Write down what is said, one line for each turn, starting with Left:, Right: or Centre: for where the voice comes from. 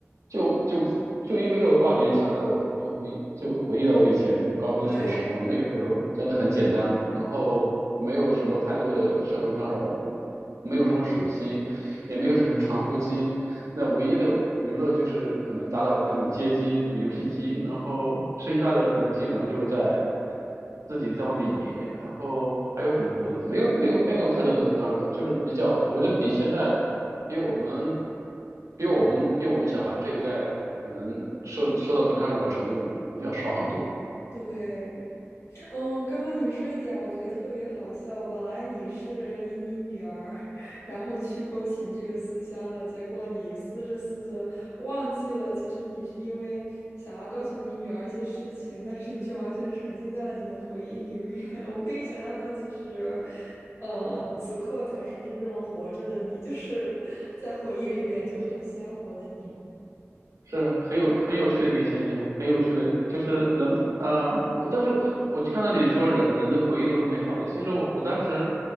Right: 就就就因为这个话题，想到我就回就回忆到我以前高中的时候时光，
Left: 对
Right: 那个时候真的很简单，然后没有什么太多的社会干扰，我没有什么手机，也没有什么传呼机，那唯一的娱乐就是可能打打那种街机，就是游戏机，然后剩下的可能基本上就是在自己在外面野，然后还有什么活动？没有，没有，没有太多的干扰，就是比较，我觉得比现在，比我们，比我们，比我们小孩这一代可能受受到的干扰程度要少很多。
Left: 对。嗯，刚刚你说一点，我觉得特别好笑。本来你是以你女儿，<laughs> 然后去勾起这个思乡的，结果你思着思着忘记了，其实你是因为想要告诉你女儿一些事情，但是你却完全沉浸在了你的回忆里面。<laughs> 我可以想象到，其实，呃，此刻才是真正活着的你，就是在回忆里面就很鲜活的你。
Right: 是很有很有趣的一个现象，很有趣的，就是人啊、呃我但是我我看到你说人人的回忆都是美好的，其实我我当时